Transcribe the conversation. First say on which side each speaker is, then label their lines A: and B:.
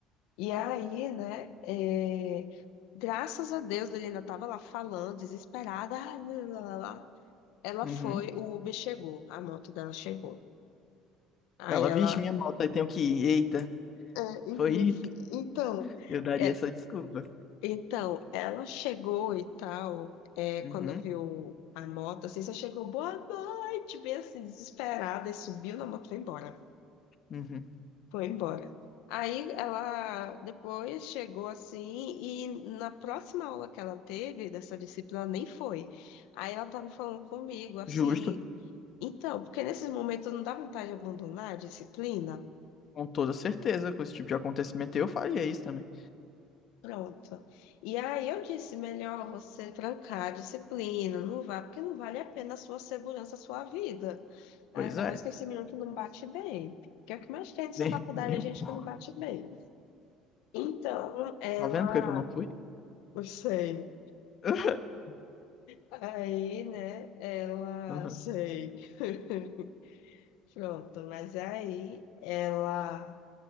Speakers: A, on the left (about 75°); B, on the left (about 45°).
A: E aí, né? é, graças a Deus, ele ainda estava lá falando, desesperada, ah, lá, lá, lá. Ela
B: uhum.
A: foi, o Uber chegou, a moto dela chegou. Aí
B: Ela, vixe,
A: ela.
B: minha moto, aí tenho que ir. Eita,
A: É, e-
B: foi
A: meu
B: isso.
A: filho, então,
B: Eu daria
A: é,
B: essa desculpa.
A: então, ela chegou e tal, é,
B: Uhum,
A: quando viu a moto, assim, só chegou, boa noite, bem assim, desesperada, e subiu na moto e foi embora.
B: uhum.
A: Foi embora. Aí ela depois chegou assim, e na próxima aula que ela teve dessa disciplina, nem foi. Aí ela tava falando comigo, assim,
B: Justo,
A: então, porque nesses momentos não dá vontade de abandonar a disciplina.
B: com toda certeza. Com esse tipo de acontecimento, eu faria isso também.
A: Pronto. E aí eu disse, melhor você trancar a disciplina, não vá, porque não vale a pena a sua segurança, a sua vida. Ainda
B: Pois é,
A: mais com esse menino que não bate bem. Que é o que mais
B: <laughs>
A: tem dessa
B: nem,
A: faculdade,
B: nem
A: a gente
B: um pouco.
A: que não bate bem. Então, ela...
B: Tá vendo por que que eu não fui?
A: Eu sei.
B: <laughs>
A: Aí, né, ela...
B: Uhum.
A: Sei. <laughs> Pronto, mas aí ela...